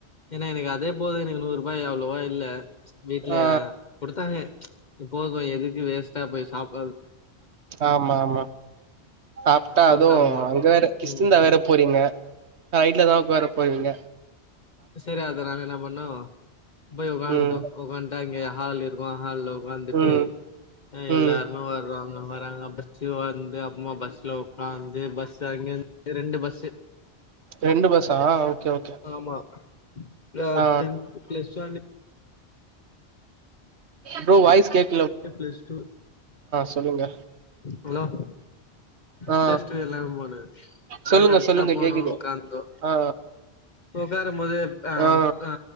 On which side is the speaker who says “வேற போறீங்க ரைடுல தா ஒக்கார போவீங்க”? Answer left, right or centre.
Right